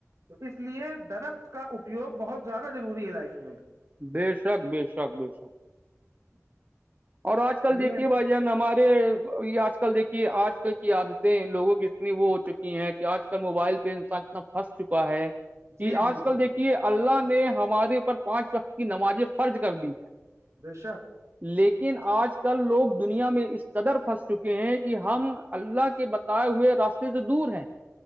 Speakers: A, on the right (about 70°); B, on the right (about 30°).
A: تو اس لیے درخت کا اپیوگ بہت زیادہ ضوری ہے لائف میں
B: بے شک بے شک بے شک
A: <inaudible>
B: اور آج کل
A: چلیے
B: دیکھیے بھائی ہمارے یہ آج کل دیکھیے آج کل کی عادتیں لوگوں کی اتنی وہ ہو چکی ہیں کہ آج کل موبائل پہ انسان اتنا پھنس چکا ہے کہ
A: جی
B: آج
A: جی
B: کل
A: جی
B: دیکھیے اللہ نے ہمارے اوپر پانچ وقت کی نمازیں فرض کر دی ہے
A: بشک
B: لیکن آج کل لوگ دنیا میں اس قدر پھنس چکے ہیں کہ ہم اللہ کے بد بتائے ہوئے راستے سے دور ہیں